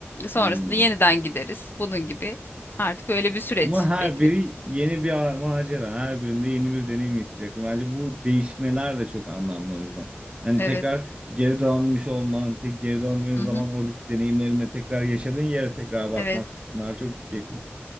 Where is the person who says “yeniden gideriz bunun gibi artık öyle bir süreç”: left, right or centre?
Left